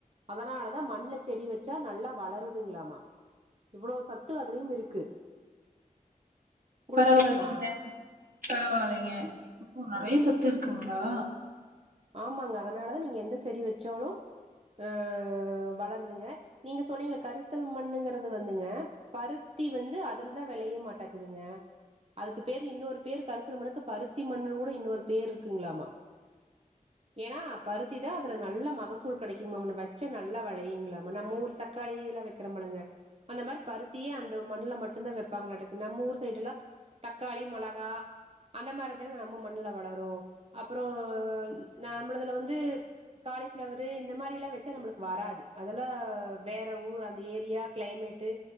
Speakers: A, on the right; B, on the right.
A: அதனாலதா மண்ல செடி வெச்சா நல்லா வளருதுங்ளாமா இவ்ளோ சத்து அத்லயும் இருக்கு உங்களுக்கு
B: பரவால்லிங்க
A: தெரியுமா
B: பரவாலைங்க நெறய சத்து த்து ருக்குங்ளா
A: ஆமாங்க அதனாலதா நீங்க எந்த ஸ் செடி வெச்சாலூ ஆ வளருதுங்க நீங்க சொன்னீங்ளே கரிசல் மண்ணுங்குறது வந்துங்க பருத்தி வந்து அதுலதா வேளய மாட்டக்கதுங்க அதுக்கு பேரு இன்னொரு பேரு கர்சல் மணுக்கு பருத்தி மண்ணுன் கூட இன்னொரு பேர் ருக்குங்ளாமா ஏனா பருத்தி தா அதுல நல்ல மகசூல் கேடைக்குங்மான்னு வச்சா நல்லா வேளயுங்களாமா நம்ம ஊர் தக்காளி எல்லா வெக்கிறமளுங்க அந்த மாறி பருத்தியே அந்த மண்ணுல மட்டுந்தா வைப்பாங்களாட்டுக்கு நம் ஊர் சைடுல்லாம் தக்காளி மொளகா அந்த மாறிதாங்க நம்ம மண்ல வளரூ அப்றோ நம்மளதுல வந்து காலிஃப்ளவரு இந்த மாறி எல்லாம் வச்சா நம்புளுக்கு வராது அதல்லா வேற ஊர் அந்த ஏரியா க்ளைமேட்டு